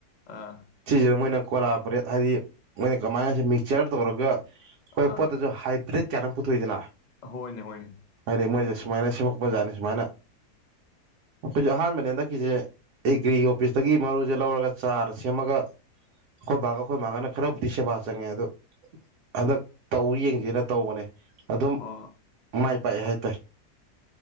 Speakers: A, on the left; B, on the right.
A: ꯑꯥ
B: ꯁꯤꯤꯖꯤꯅ ꯃꯣꯏꯅ ꯀꯣꯂꯥꯄꯔꯦꯠ ꯍꯥꯏꯗꯤ ꯃꯣꯏꯅ ꯀꯃꯥꯏꯅꯁꯤ ꯃꯤꯛꯆꯔ ꯇꯧꯔꯒ ꯑꯩꯈꯣꯏ
A: ꯑꯥ
B: ꯄꯣꯠꯇꯁꯨ ꯍꯥꯏꯕ꯭ꯔꯤꯠ ꯀꯌꯥꯔꯪ ꯄꯨꯊꯣꯛꯏꯗꯅ
A: ꯍꯣꯏꯅꯦ ꯍꯣꯏꯅꯦ
B: ꯑꯗꯩ ꯃꯣꯏꯁꯦ ꯁꯨꯃꯥꯏꯅ ꯁꯦꯝꯃꯛꯄ ꯖꯥꯠꯅꯦ ꯁꯨꯃꯥꯏꯅ ꯑꯩꯈꯣꯏꯁꯦ ꯑꯍꯥꯟꯕꯅꯦ ꯍꯟꯗꯛꯀꯤꯁꯦ ꯑꯦ ꯒ꯭ꯔꯤ ꯑꯣꯐꯤꯁꯇꯒꯤ ꯃꯔꯨꯁꯦ ꯂꯧꯔꯒ ꯆꯥꯔ ꯁꯦꯝꯃꯒ ꯑꯩꯈꯣꯏ ꯕꯥꯒ ꯑꯩꯈꯣꯏ ꯃꯥꯒꯅ ꯈꯔꯕꯨꯗꯤ ꯁꯦꯕꯥ ꯆꯪꯉꯦ ꯑꯗꯣ ꯍꯟꯗꯛ ꯇꯧ ꯌꯦꯡꯁꯦꯅ ꯇꯧꯕꯅꯦ ꯑꯗꯨꯝ
A: ꯑꯣ
B: ꯃꯥꯏ ꯄꯥꯛꯑꯦ ꯍꯥꯏꯇꯥꯔꯦ